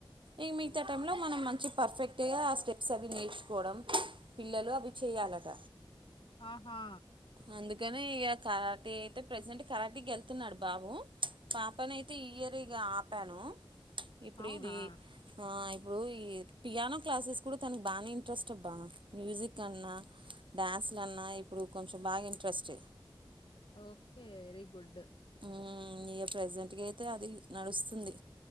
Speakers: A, on the right; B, on the left.
A: ఇక
B: ఓ
A: మిగతా టైంలో మనం మంచి పర్ఫెక్ట్గా ఆ స్టెప్స్ అవి నేర్చుకోవడం పిల్లలు అవి చెయాలట
B: ఆహా
A: అందు కనే ఇగ కరాటె అయితే ప్రజెంట్ కరాటీ వెళ్తున్నాడు బాబు పాపని అయితే ఈ ఇయర్ ఇగ ఆపాను ఇప్పుడు
B: అవునా
A: ఇది ఆ ఇప్పుడు ఈ పియానో క్లాసెస్ కూడా తనకు బానే ఇంట్రెస్ట్ అబ్బా మ్యూజిక్ అన్నా డ్యాన్స్లు అన్నా ఇప్పుడు కొంచెం బాగా ఇంట్రెస్ట్
B: ఓకే వెరీగుడ్
A: హు ఇగ ప్రజెంట్గ అయితే అది నడుస్తుంది